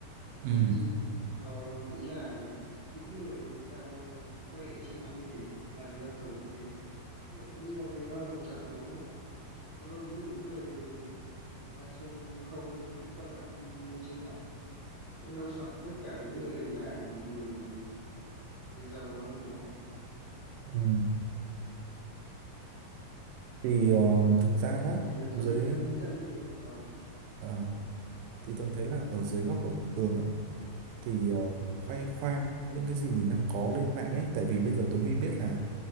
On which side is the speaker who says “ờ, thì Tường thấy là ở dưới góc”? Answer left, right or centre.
Right